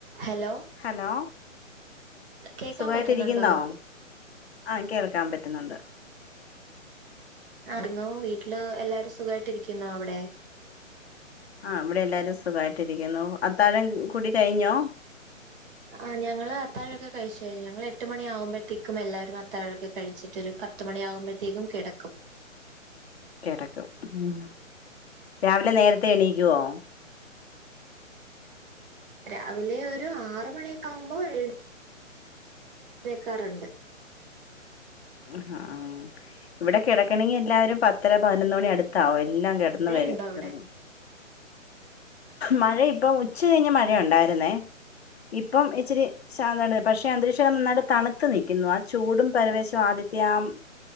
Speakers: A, on the right; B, on the left.
A: ഹലോ
B: ഹലോ
A: കേക്കാൻ
B: സുഖവായിട്ടിരിക്കുന്നോ?
A: പറ്റുന്നുണ്ടോ
B: ആഹ് കേൾക്കാം പറ്റ്ന്നുണ്ട്
A: ആയിര്ന്നോ? വീട്ടില് എല്ലാരും സുഖായിട്ടിരിക്ക്ന്നോ അവിടെ?
B: ആ ഇവടെയെല്ലാരും സുഖായിട്ടിരിക്കുന്നു അത്താഴം കുടി കഴിഞ്ഞോ?
A: ആ ഞങ്ങള് അത്താഴൊക്കെ കഴിച്ച് കഴിഞ്ഞു ഞങ്ങളെട്ട് മണി ആകുമ്പഴത്തേക്കും എല്ലാരും അത്താഴൊക്കെ കഴിച്ചിട്ടൊരു പത്ത് മണിയാവുമ്പത്തേക്കും കെടക്കും
B: കെടക്കും മ് രാവിലെ നേരത്തെ എണീക്കുവോ?
A: രാവിലെയൊരു ആറ് മണിയൊക്കെ ആവുമ്പോ എഴ്ന്നേ ക്കാറ്ണ്ട്
B: ആ ഹാ ഇവടെ കെടക്കണങ്കിയെല്ലാരും പ ത്തര പതിനൊന്ന് മണിയടുത്താവും എല്ലാം കെടന്ന്
A: മഴയുണ്ടോ
B: വെരും
A: അവിടെ
B: കെടക്കു മഴയിപ്പം ഉച്ച കഴിഞ്ഞ് മഴയൊണ്ടായിര്ന്നേ ഇപ്പം ഇച്ചിരി ഷാന്തായിട്ട് പക്ഷെ അന്തരീക്ഷം നന്നായിട്ട് തണുത്ത് നിക്കുന്നു ആ ചൂടും പരവേശം ല്ലാം ആദ്യത്തിയാം